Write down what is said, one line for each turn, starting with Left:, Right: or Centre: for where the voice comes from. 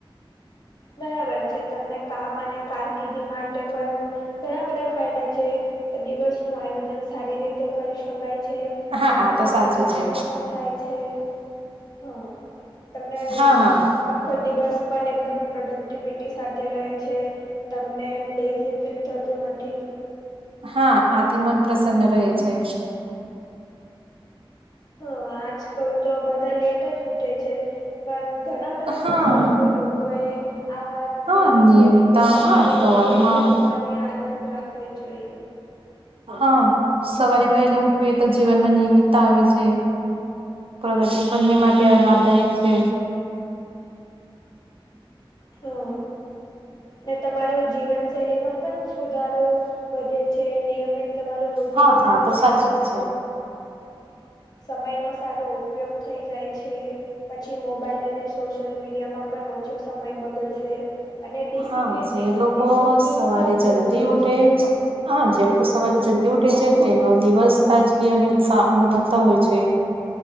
Left: બરાબર છે તમને કામ અને કારકિર્દી માટે પણ ઘણા બધા ફાયદા છે દિવસ નું આયોજન સારી રીતે કરી શકાય છે
Right: હા
Left: કામ
Right: આ તો
Left: સમયસર
Right: સાચું છે
Left: પૂર્ણ થાય છે હા તમને
Right: હા હા
Left: આખો દિવસ પણ એકદમ પ્રોડક્ટિવિટી સાથે રહે છે તમને એમ લેઝી ફીલ થતું નથી
Right: હા આથી મન પ્રસન્ન રહે છે
Left: હા આજ કલ તો બધા લેટ જ ઉઠે છે પણ ઘણા બધા
Right: હા
Left: સક્સેસફુલ લોકોએ આ વાત
Right: હા
Left: કીધી
Right: નિયમિતતા
Left: છે કે સવારે
Right: હા સવારમાં
Left: જલ્દી ઉઠવાની આદત રાખવી જોઈએ
Right: હા સવારે વહેલા ઉઠવીએ તો જીવનમાં નિયમિતતા આવે છે પ્રગતિ બંને માટે આ લાભદાયક છે
Left: હા ને તમારું જીવનશૈલીમાં પણ સુધારો વધે છે નિયમિત તમારું રૂટીન
Right: હા
Left: બની
Right: આ તો
Left: જાય
Right: સાચી
Left: છે
Right: જ
Left: સમયનો સારો ઉપયોગ થઈ જાય છે પછી મોબાઈલ અને સોશિયલ મીડિયામાં પણ ઓછો સમય બગડશે અને ડિસિપ્લિન
Right: હા જે
Left: વિકસે
Right: લોકો
Left: ડિસિપ્લિન
Right: સવારે
Left: ખૂબ જરૂરી
Right: જલ્દી ઉઠે
Left: છે
Right: હા જે લોકો સવારે જલ્દી ઉઠે છે તેનો દિવસ તાજગી અને ઉત્સાહ અનુભવતા હોય છે